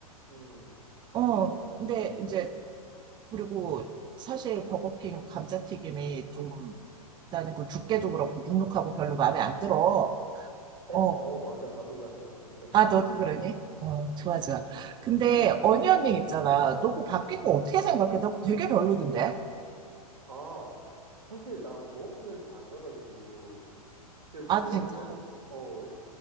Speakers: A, on the right; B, on the right.
A: 음.
B: 어, 근데 이제, 그리고 사실 버거킹 감자튀김이 좀, 나는 그 두께도 그렇고 눅눅하고 별로 마음에 안 들어.
A: 어,
B: 어,
A: 어, 맞아. 나도 약간 그렇게 생각해.
B: 아, 너도 그러니? 어, 좋아, 좋아. 근데 어니언링 있잖아. 너 그거 바뀐 거 어떻게 생각해? 나 그거 되게 별로던데?
A: 아, 사실 나 버거킹을 잘 안 가가지고. 근데
B: 아,
A: 왜냐면은
B: 진짜?
A: 어